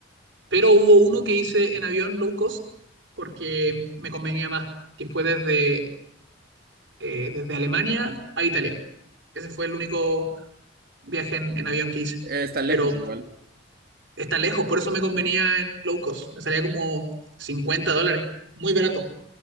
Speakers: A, on the right; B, on the right.
A: pero hubo uno que hice en avión low cost porque me convenía más, que fue desde, eh, desde Alemania a Italia. Ese fue el único viaje en, en avión que hice.
B: Eh, está lejos
A: Pero
B: igual.
A: está lejos, por eso me convenía en low cost. Me salía como 50 dólares, muy barato.